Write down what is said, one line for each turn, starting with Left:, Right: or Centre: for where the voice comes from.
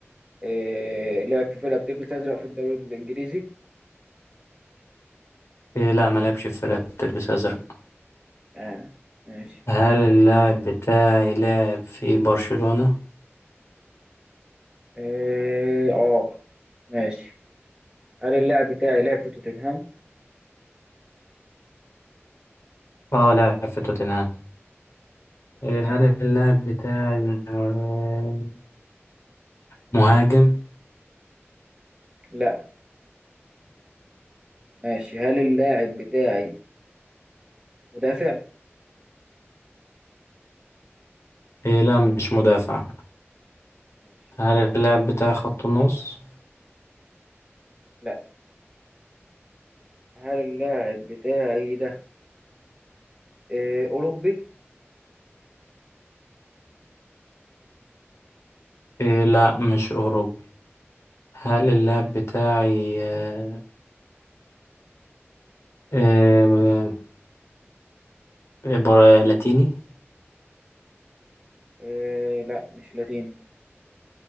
Right: آه، لعب في فرقه بتلبس ازرق في الدوري الانجليزي
Left: آه، لا ما لعبش في فرقة بتلبس ازرق
Right: اه ماشي
Left: هل اللاعب بتاعي لاعب في برشلونة؟
Right: اه آه، ماشي هل اللاعب بتاعي لعب في توتنهام؟
Left: اه لاعب في توتنهام إيه،
Right: آه،
Left: هل اللاعب بتاعي آه، مهاجم؟
Right: لا ماشي هل اللاعب بتاعي مدافع؟
Left: إيه لا مش مدافع
Right: ماشي
Left: هل اللاعب بتاعي خط نص؟
Right: لا هل اللاعب بتاعي ده آه، أوروبي؟
Left: إيه لا مش أوروبي هل
Right: ماشي
Left: اللاعب بتاعي آه، آه، آه، برا- لاتيني؟
Right: آه، لا مش لاتيني